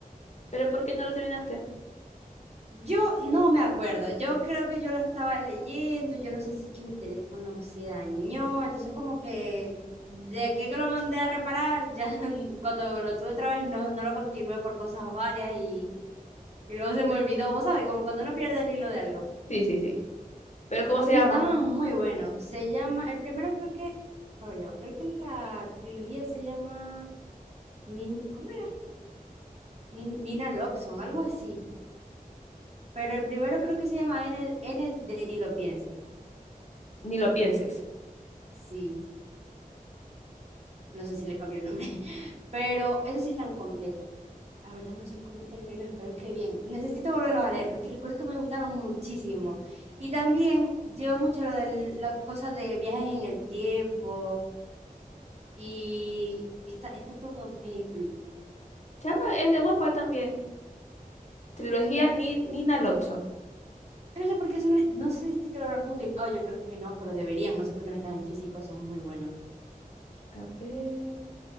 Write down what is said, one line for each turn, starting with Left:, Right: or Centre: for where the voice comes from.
Left: ¿Pero por qué no lo terminaste?
Right: Yo no me acuerdo, yo creo que yo lo estaba leyendo, yo no sé si es que mi teléfono se dañó, entonces como que de aquí que lo mandé a reparar, ya <laughs> cuando lo tuve otra vez no, no lo continué por cosas varias y, y luego se me olvidó, vos sabés, como cuando uno pierde el hilo de algo.
Left: Sí, sí, sí. ¿Pero cómo se
Right: Pero
Left: llama?
Right: estaban muy buenos. Se llama, el primero creo que, a ver, ya va, creo que la trilogía se llama, Nin- ¿cómo era? Nin- Nina Loxon, algo así. Pero el primero creo que se llama N, N de Ni lo piense.
Left: Ni lo pienses.
Right: Sí, no sé si le cambió el nombre. <laughs> Pero eso sí están completos. La verdad no sé cómo terminó, espero que bien. Necesito volverlos a leer porque recuerdo que me gustaron muchísimo. Y también llevo mucho lo de la cosa de viajes en el tiempo y está, está todo muy
Left: Se llama, es de Wattpad también. Trilogía Ni- Nina Lodson.
Right: no sé por qué eso no, no sé si lo habrán publicado, yo creo que no, pero deberían, no sé por qué no están en físico, son muy buenos.
Left: A ver.